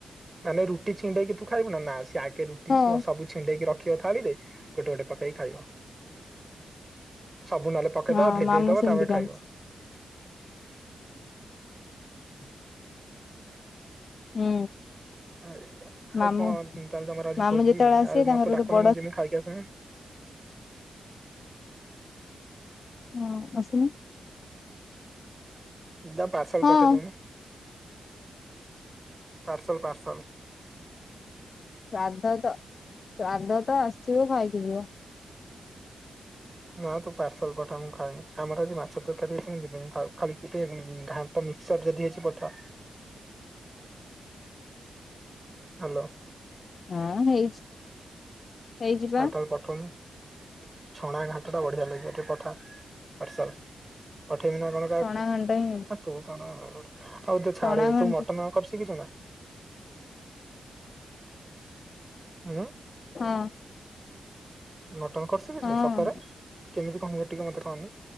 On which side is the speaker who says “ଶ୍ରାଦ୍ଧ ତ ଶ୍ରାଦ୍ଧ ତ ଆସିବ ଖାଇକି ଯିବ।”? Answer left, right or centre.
Left